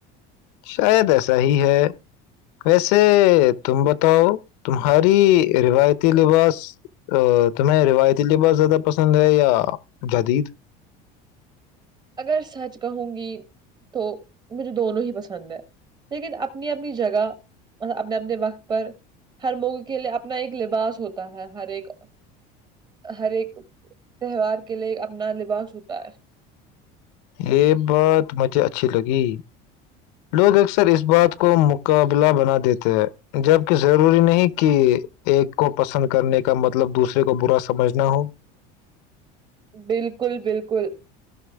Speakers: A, on the left; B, on the right.
A: شاید ایسا ہی ہے ویسے تم بتاؤ تمہاری روایتی لباس تمہیں روایتی لباس زیادہ پسند ہے یا جدید
B: اگر سچ کہوں گی تو مجھے دونوں ہی پسند ہے لیکن اپنی اپنی جگہ اپنے اپنے وقت پر ہر موغ کے لیے اپنا ایک لباس ہوتا ہے ہر ایک ہر ایک تہوار کے لیے اپنا لباس ہوتا ہے
A: یہ بات مجھے اچھی لگی لوگ اکثر اس بات کو مقابلہ بنا دیتے ہیں جبکے ضروری نہیں کہ ایک کو پسند کرنے کا مطلب دوسرے کو برا سمجھنا ہو
B: بالکل بالکل